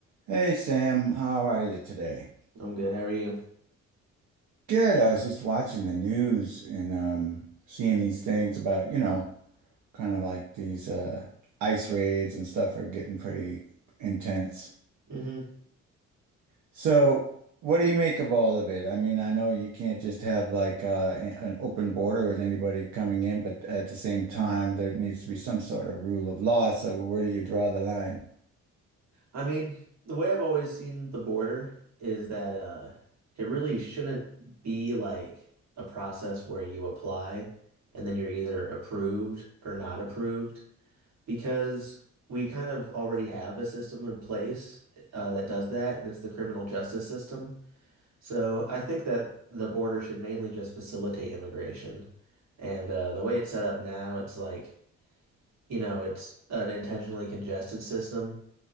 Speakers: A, on the right; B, on the right.
A: Hey Sam, how are you today?
B: I'm good. How are you?
A: Good. I was just watching the news and um seeing these things about, you know, kind of like these uh ICE raids and stuff are getting pretty intense.
B: hmm
A: So, what do you make of all of it? I mean, I know you can't just have like uh a- an open border with anybody coming in, but at the same time there needs to be some sort of rule of law. So, where do you draw the line?
B: I mean, the way I've always seen the border is that uh it really shouldn't be like a process where you apply and then you're either approved or not approved because we kind of already have a system in place uh, that does that, and it's the criminal justice system. So I think that the border should mainly just facilitate immigration. And uh, the way it's set up now, it's like, you know, it's an intentionally congested system.